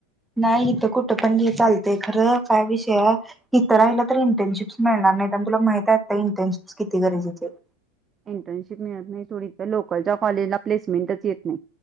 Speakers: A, in the centre; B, on the right.
A: नाही इथं कुठं पण घे चालतय खरं काय विषय इथं राहिल तर इंटर्नशिप्स मिळणार तुला माहीत असतय इंटर्नशिप किती गरजेची आहे ते.
B: इंटर्नशिप मिळत नाही सोड हित लोकलच्या कॉलेजला प्लेसमेंटच येत नाही.